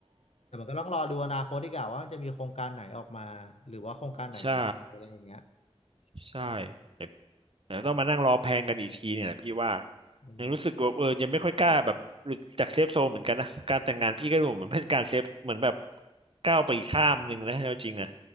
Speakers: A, on the left (about 80°); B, on the right (about 55°).
A: แต่มันก็ต้องรอดูอนาคตดีกว่าว่ามันจะมีโครงการไหนออกมาหรือว่าโครงการไหนหายไปอะไรอย่างเงี้ย
B: ใช่ใช่
A: ใช่ไหม
B: แบบเดี๋ยวต้องมานั่งรอแพงกันอีกทีเนี่ยแหละพี่ว่า
A: เออ
B: ยังรู้สึกว่าเออยังไม่ค่อยกล้าแบบหลุดจากเซฟโซนเหมือนกันนะการแต่งงานพี่ก็ดูเหมือนเป็นการเซฟเหมือนแบบก้าวไปอีกข้ามหนึ่งนะเอาจริงอะ